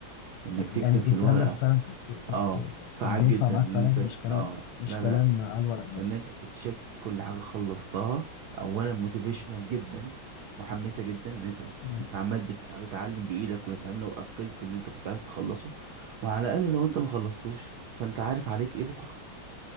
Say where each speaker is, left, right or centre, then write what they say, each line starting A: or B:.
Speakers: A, on the right; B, on the left.
A: انك تكتب
B: يعني
A: في
B: الكلام
A: الورقة
B: ده فعلا ك- كنت
A: اه فعال
B: كان بينفع
A: جدا
B: معاك
A: ان
B: فعلا
A: انت
B: مش كلام
A: اه
B: مش
A: لا
B: كلام
A: لا
B: على الورق يعني
A: ان انت تتشيك كل حاجة خلصتها اولا موتيفيشنال جدا محمسة جدا ان انت
B: مم.
A: انت عمال بت- بتعلم بايدك ويا سلام لو قفلت اللي انت كنت عايز تخلصه وعلى الاقل لو انت ما خلصتوش فانت عارف عليك ايه بكرة